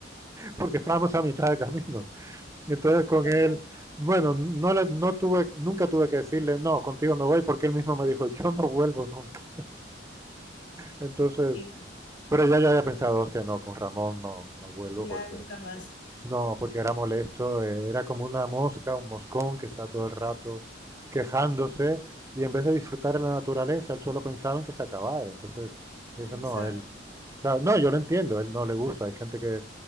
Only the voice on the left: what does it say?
<laughs>
Ya
no
Ya
nunca más.
Exacto,